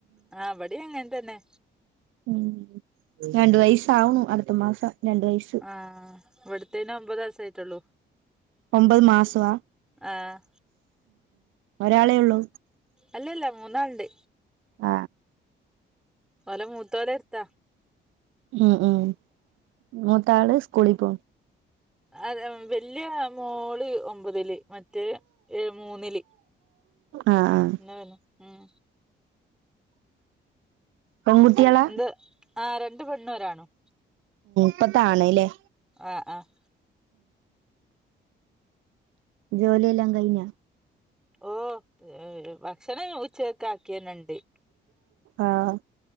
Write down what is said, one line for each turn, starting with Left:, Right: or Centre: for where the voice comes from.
Centre: ആഹ് ഇവടിം അങ്ങൻ തന്നെ.
Right: ഉം രണ്ട് വയസാവണൂ അടുത്ത മാസം. രണ്ട് വയസ്
Centre: ആഹ് ഇവിട്ത്തേന് ഒമ്പത് ദിവസായിട്ടുള്ളൂ
Right: ഒമ്പത് മാസവാ
Centre: ആഹ്
Right: ഒരാളേ ഉള്ളൂ
Centre: അല്ലല്ല മൂന്നാള്ണ്ട്
Right: ആ
Centre: ഓലെ മൂത്തോലെട്ത്താ
Right: ഉം ഉം മൂത്താള് സ്കൂളി പോവും
Centre: അതെ വല്യ മോളെ ഒമ്പതില് മറ്റേ ഏ മൂന്നില്
Right: ആഹ് ആഹ്
Centre: ഇന്ന വന്നു ഉം
Right: പെൺകുട്ടികളാ
Centre: എന്ത് ആ രണ്ടു പെണ്ണും ഒരാണും.
Right: ഇപ്പത്തെ ആണ് ലേ.
Centre: ആഹ് ആഹ്
Right: ജോലിയെല്ലാം കഴിഞ്ഞാ
Centre: ഓഹ് <unintelligible> ക്ഷനേ ഉച്ചക്കാക്കിയന്നെണ്ട്.
Right: ആഹ്